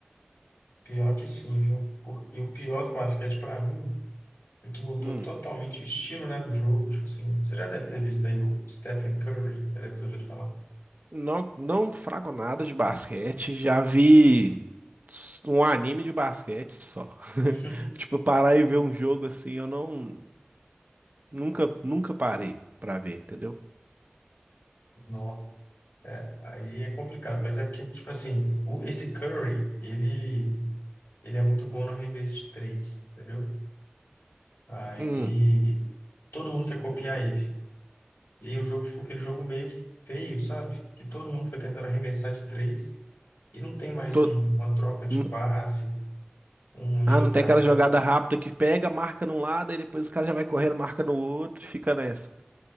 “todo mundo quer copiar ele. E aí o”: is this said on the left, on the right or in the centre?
Left